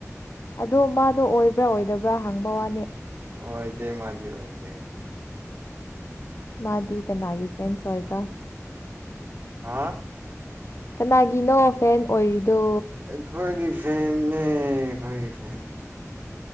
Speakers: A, on the left; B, on the right.
A: ꯑꯗꯣ ꯃꯥꯗꯣ ꯑꯣꯏꯕ꯭ꯔꯥ ꯑꯣꯏꯗꯕ꯭ꯔꯥ ꯍꯪꯕ ꯋꯥꯅꯤ
B: ꯑꯣꯏꯗꯦ ꯃꯥꯗꯤ ꯑꯣꯏꯗꯦ
A: ꯃꯥꯗꯤ ꯀꯅꯥꯒꯤ ꯐꯦꯟꯁ ꯑꯣꯏꯕ
B: ꯍꯥ
A: ꯀꯅꯥꯒꯤꯅꯣ ꯐꯦꯟ ꯑꯣꯏꯔꯤꯗꯣ
B: ꯈꯣꯏꯒꯤ ꯐꯦꯟꯅꯦ ꯈꯣꯏꯒꯤ ꯐꯦꯟ